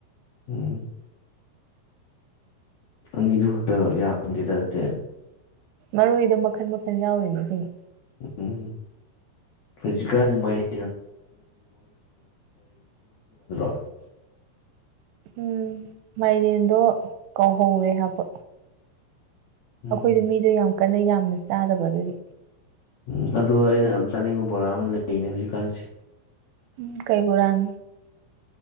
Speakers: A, on the left (about 70°); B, on the right (about 80°).
A: ꯎꯝ ꯑꯅꯤꯗꯨ ꯈꯛꯇꯔꯣ ꯌꯥꯝꯗꯦꯗ ꯑꯗꯨꯗꯤ
B: ꯃꯔꯣꯏꯗ ꯃꯈꯟ ꯃꯈꯟ ꯌꯥꯎꯔꯤꯅꯦ ꯀꯩꯅꯣ
A: ꯎꯝ ꯍꯧꯖꯤꯛꯀꯥꯟ ꯃꯥꯏꯔꯦꯜ <unintelligible>
B: ꯎꯝ ꯃꯥꯏꯔꯦꯟꯗꯣ ꯀꯧꯍꯧꯔꯦ ꯍꯥꯏꯕ
A: ꯎꯝ
B: ꯑꯩꯈꯣꯏꯗ ꯃꯤꯗꯣ ꯌꯥꯝ ꯀꯟꯅ ꯌꯥꯝꯅ ꯆꯥꯗꯕ ꯑꯗꯨꯗꯤ
A: ꯎꯝ ꯑꯗꯣ ꯑꯩꯅ ꯌꯥꯝ ꯆꯥꯅꯤꯡꯕ ꯕꯣꯔꯥ ꯑꯃ ꯂꯩꯔꯤꯅꯦ ꯍꯧꯖꯤꯛꯀꯥꯟꯁꯦ
B: ꯎꯝ ꯀꯩ ꯕꯣꯔꯥꯅꯣ